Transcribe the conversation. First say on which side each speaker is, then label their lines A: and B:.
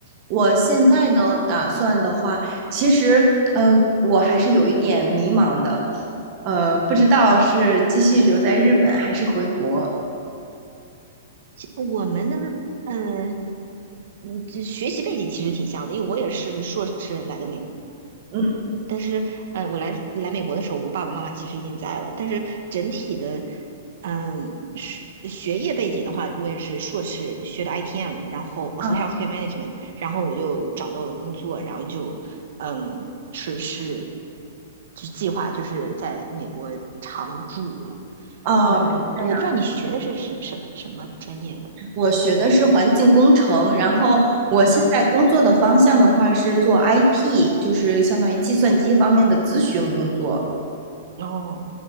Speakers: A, on the right (about 35°); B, on the right (about 60°).
A: 我现在呢，打算的话，其实，嗯、我还是有一点迷茫的，呃，不知道是继续留在日本还是回国。
B: 我们的，嗯嗯，这学习背景其实挺像的，因为我也是硕士来的美
A: 嗯，
B: 但是，呃，我来来美国的时候，我爸爸妈妈其实已经在了。但是整体的，嗯，学学业背景的话，我也是硕士学的 ITM，然后和
A: 啊，
B: healthcare management，然后我就找到了工作，然后就，嗯，是是，就计划就是在美国常住了。
A: 哦，
B: 嗯，
A: 是这样。
B: 我不知道你学的是什什什么专业的？
A: 我学的是环境工程，然后我现在工作的方向的话是做
B: 哦
A: IT，就是相当于计算机方面的咨询工作。
B: 哦，